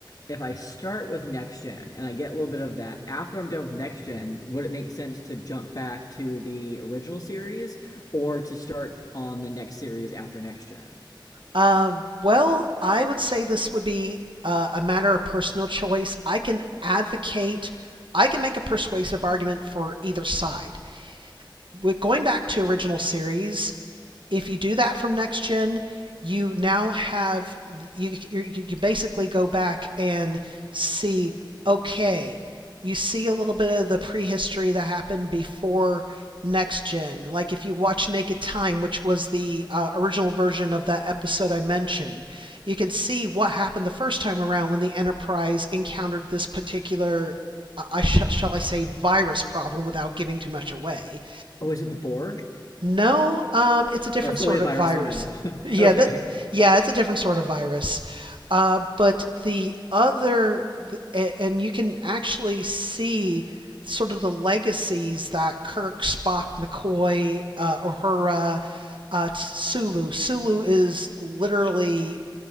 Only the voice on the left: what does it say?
If I start with next gen and I get a little bit of that, after I'm done with next gen, would it make sense to jump back to the original series or to start on the next series after next gen?
Oh, is it the Borg?
That's
the only
virus
thing I know. <laughs>
Okay.